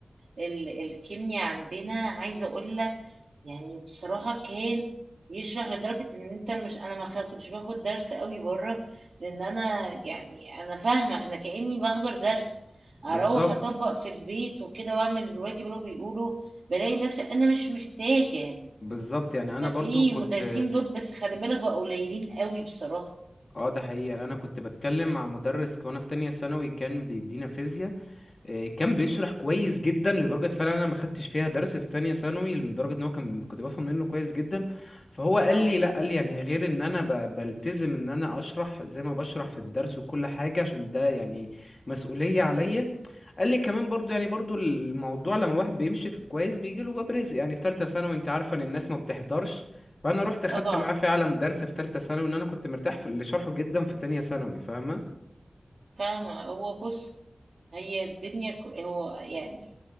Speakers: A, on the right (about 80°); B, on the left (about 50°).
A: ال الكيمياء عندنا عايزة اقول لك يعني بصراحة كان يشرح لدرجة ان انت مش انا ما خ- كنتش باخد درس قوي بره لان انا يعني انا فاهمة انا كأني بحضر درس اروح
B: بالظبط
A: اطبق في البيت وكده واعمل الواجب اللي هو بيقوله بلاقي نفسي انا مش محتاجة يعني
B: بالظبط يعني انا
A: ففي
B: برضو كنت
A: مدرسين دول بس خلي بالك بقى قليلين قوي بصراحة
B: اه ده حقيقي يعني انا كنت بتكلم مع مدرس ك- وانا في تانية ثانوي كان بيدينا فيزياء آه، كان بيشرح كويس جدا لدرجة فعلا انا ما خدتش فيها درس في تانية ثانوي لدرجة ان هو كان كنت بفهم منه كويس جدا فهو قال
A: اه
B: لي لا قال لي يعني غير ان انا ب- بلتزم ان انا اشرح زي ما بشرح في الدرس وكل حاجة عشان ده يعني مسؤولية عليا قال لي كمان برضو يعني برضو الموضوع لما الواحد بيمشي في الكويس بيجي له باب رزق يعني في ثالثه ثانوي انت عارفه ان الناس ما بتحضرش فانا رحت اخدت
A: طبعا
B: معاه فعلا درس في ثالثه ثانوي ان انا كنت مرتاح في اللي شرحه جدا في تانية ثانوي فاهمه
A: فاهمة هو بص هي الدنيا ك- هو يعني